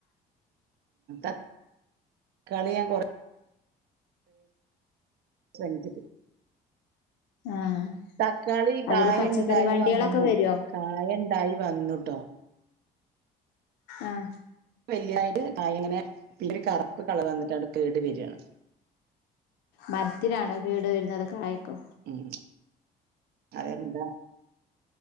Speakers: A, on the right; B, on the left.
A: ആ കളി ഞാൻ കൊറ ശ്രമിച്ചിട്ട
B: ആഹ്
A: തക്കാളി
B: അതില്
A: കായുണ്ടായി
B: പച്ചക്കറി വണ്ടികളൊക്കെ
A: വന്നു
B: വരുവോ
A: കായുണ്ടായി വന്നുട്ടോ
B: ആഹ
A: വല്യതായിട്ട് കായ ഇങ്ങനെ പിന്ന ഒരു കറുപ്പ് കളർ വന്നിട്ട് അടെ കേട് വരിയാണ്
B: മരത്തിനാണോ കേട് വരുന്നത് കായക്കോ
A: ഉം അതന്ത